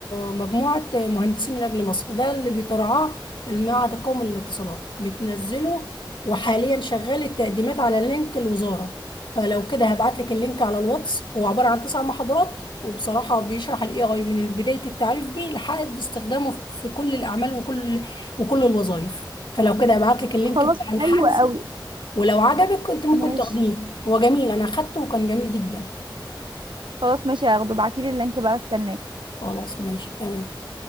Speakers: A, on the left; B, on the right.
A: مجموعة مهندسين من أجل مصر ده اللي بيترعاه المعهد القومي للاتصالات بتنزله وحاليا شغال التقديمات على لينك الوزارة فلو كده هبعت لك اللينك على الواتس هو عبارة عن تسع محاضرات وبصراحة بيشرح الاي اي من بداية التعريف بيه لحد استخدامه في كل الأعمال وكل وكل الوظائف فلو كده ابعت لك اللينك
B: خلاص
A: بتاع الحجز
B: حلو قوي
A: ولو عجبك كنت ممكن
B: ماشي
A: تاخديه هو جميل انا اخدته وكان جميل جدا
B: خلاص ماشي هاخده ابعتيلي اللينك بقى استناك
A: خلاص ماشي تمام